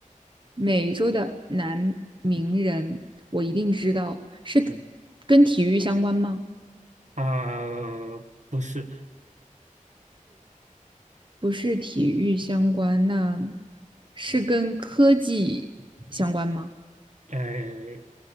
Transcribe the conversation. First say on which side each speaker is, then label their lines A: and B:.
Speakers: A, on the right; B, on the right.
A: 美洲的男名人，我一定知道，是跟体育相关吗？
B: 嗯啊，不是，
A: 不是体育相关，那是跟科技相关吗？
B: 呃，